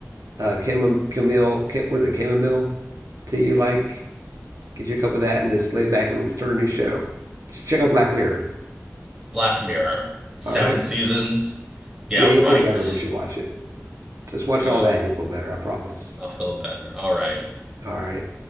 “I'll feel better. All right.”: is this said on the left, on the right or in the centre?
Right